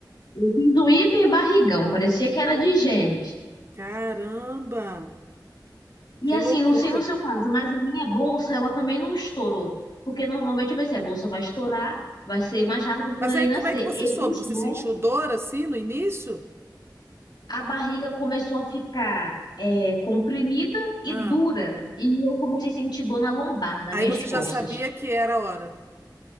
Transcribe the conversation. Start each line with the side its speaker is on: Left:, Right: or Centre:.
Left: Eu fiz do hiper barrigão, parecia que era de gêmeos.
Right: Caramba!
Left: E
Right: Que
Left: assim,
Right: loucura!
Left: não sei no seu caso, mas a minha bolsa, ela também não estourou. Porque normalmente eu pensei, a bolsa vai estourar, vai ser mais rápido pro
Right: Mas
Left: neném
Right: aí
Left: nascer.
Right: como é que você
Left: E
Right: soube?
Left: os
Right: Você
Left: médicos,
Right: sentiu dor assim no início?
Left: a barriga começou a ficar é, comprimida e
Right: Ah,
Left: dura. E eu comecei a sentir dor na lombar, nas
Right: aí
Left: minhas
Right: você
Left: costas.
Right: já sabia que era a hora.